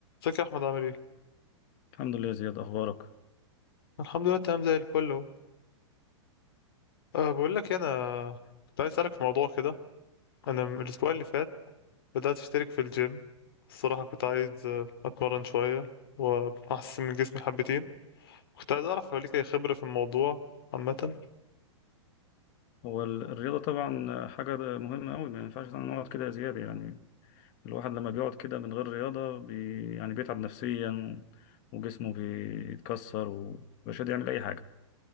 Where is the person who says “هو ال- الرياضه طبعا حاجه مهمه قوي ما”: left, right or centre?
Left